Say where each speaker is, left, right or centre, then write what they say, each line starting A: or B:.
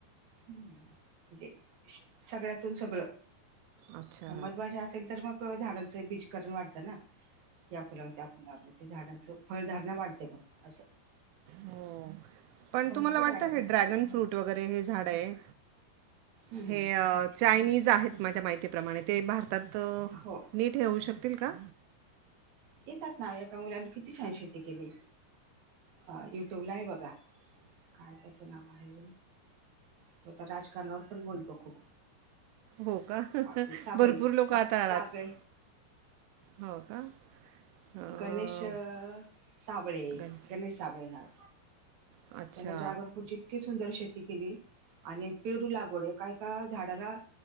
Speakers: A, on the right; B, on the right.
A: म्हणजे सगळ्यातून सगळं.
B: अच्छा
A: मधमाशा असेल तर मग अ झाडांचं बीजकरण वाढतं ना? या फुला त्या फुलावर, मग ते झाडांचं फळधारणा वाढते मग असं.
B: हो, पण
A: भरपूर
B: तुम्हाला वाटतं
A: आहे हम्म,
B: हे ड्रॅगन फ्रूट वगैरे हे झाड आहे
A: हम्म.
B: हे अ चायनीज आहेत माझ्या माहितीप्रमाणे, ते भारतात
A: हो
B: नीट हे होऊ शकतील का?
A: येतात ना, एका मुलाने किती छान शेती केली. अ युट्यूब ला आहे बघा. काय त्याचं नाव आहे? तो आता राजकारणावर पण बोलतो खूप.
B: हो का, हा
A: पाटील
B: हा
A: साबळे
B: भरपूर
A: सा
B: लोक आता
A: सागळे
B: राज, हो का? अं,
A: गणेश अ साबळे,
B: गण
A: गणेश साबळे नाव
B: अच्छा
A: त्यानं ड्रॅगन फ्रूटची इतकी सुंदर शेती केली, आणि पेरू लागवडंए काय ता झाडाला,